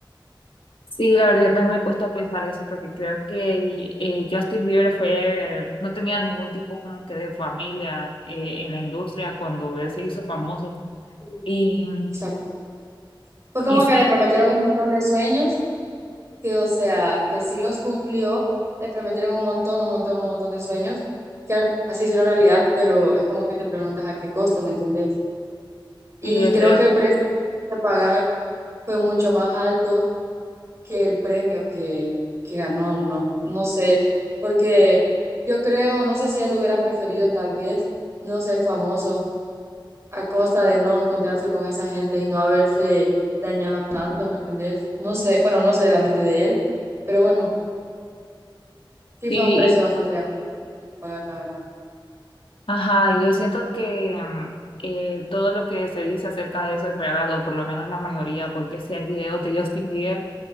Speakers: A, on the left; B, on the right.
A: Sí, la verdad, yo también me he puesto a pensar eso porque creo que eh, Justin Bieber fue, no tenía ningún tipo como que de familia eh, en la industria cuando él se hizo famoso.
B: Sí,
A: Y,
B: Exacto. Fue como
A: y sí,
B: que le prometieron un montón de sueños, que o sea, que sí los cumplió, le prometieron un montón, un montón, un montón de sueños, que así hicieron realidad, pero es como que te preguntas a qué costo, ¿me entendés? Y
A: y le
B: creo
A: salió,
B: que el precio que tuvieron que pagar fue mucho más alto que el premio que, que ganó, ¿no? No sé, porque yo creo, no sé si él hubiera preferido tal vez no ser famoso a costa de no encontrarse con esa gente y no haberse dañado tanto, ¿me entendés? No sé, bueno, no sé la mente de él, pero bueno, sí
A: sí,
B: fue un precio
A: y-
B: bastante alto que pagar, la verdad.
A: ajá, y yo siento que mm, eh, todo lo que se dice acerca de eso es verdad, o por lo menos la mayoría, porque si hay videos de Justin Bieber